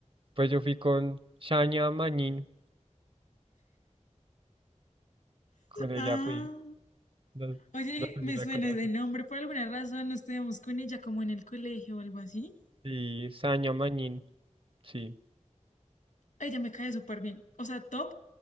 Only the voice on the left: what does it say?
Ah.
Oye,
me
suena
de nombre por alguna razón. No estudiamos con ella como en el colegio o algo así.
Ella me cae súper bien. O sea, top